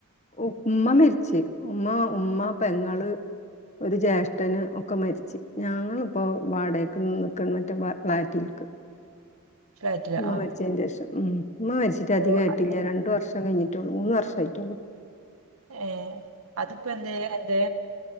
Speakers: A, on the left; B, on the right.
A: ഉമ്മ മരിച്ച് ഉമ്മ ഉമ്മ പെങ്ങ ഒരു ജ്യേഷ്ഠന് ഒക്കെ മരിച്ച്ു ഞങ്ങിപ്പോൊ വാടകക്ക് നിക്കണം മറ്റേ ഫ്ളാറ്റിൽ ക്ക്
B: ഫ്ലാറ്റിലാ
A: ഉമ്മ
B: ആഹ്
A: മരിച്ചതിന്
B: ആഹ്
A: ശേഷം ഉം ഉമ്മ മരിച്ചിട്ട് അധികമായിട്ടില്ല
B: ഓ അത്
A: രണ്ടു വർഷം കഴിഞ്ഞിട്ടുള്ളൂ മൂന്ന് വർഷം ആട്ടുള്ളു
B: ഏർ അത്പ്പ എന്ത് എന്ത്